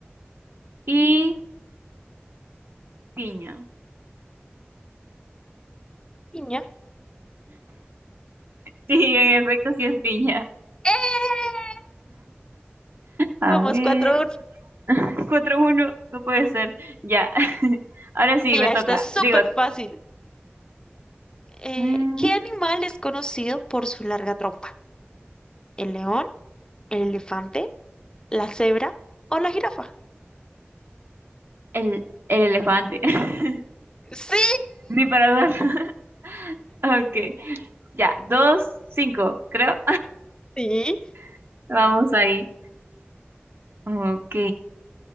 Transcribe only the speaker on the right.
Y piña. <laughs>
Sí, en efecto, sí es piña.
A
ver.
<laughs> cuatro uno no puede ser. Ya. <laughs> Ahora sí,
me toca.
Digo,
mm,
el, el elefante. <laughs>
Ni para dudar. <laughs> Ok. Ya, dos cinco creo.
<laughs> Vamos ahí. Ok.